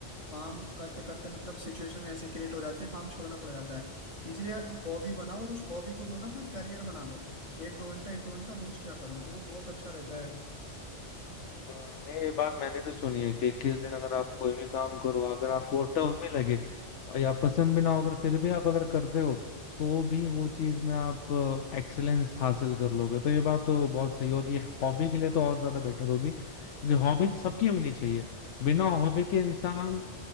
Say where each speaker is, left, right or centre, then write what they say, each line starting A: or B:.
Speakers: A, on the left; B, on the left.
A: काम करते करते मतलब सिचुएशन ऐसी क्रिएट हो जाती है काम छोड़ना पड़ जाता है इसलिए हॉबी बनाओ और उस हॉबी को जो है ना अपना करियर बना लो एक दो घंटा एक दो घंटा रोज क्या करो तो वो बहुत अच्छा रहता है
B: हम्म, ये बात मैंने भी सुनी है कि इक्कीस दिन अगर आप कोई भी काम करो अगर आपको वो टफ भी लगे और या पसंद भी ना हो अगर फिर भी आप अगर करते हो तो भी वो चीज में आप एक्सेलेंस हासिल कर लोगे तो ये बात तो बहुत सही है। और ये हॉबी के लिए तो और ज्यादा बेटर होगी क्योंकि हॉबी तो सबकी होनी चाहिए बिना हॉबी के इंसान